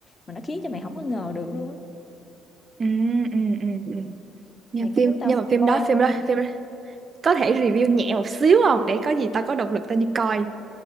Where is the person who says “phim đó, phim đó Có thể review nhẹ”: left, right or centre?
Right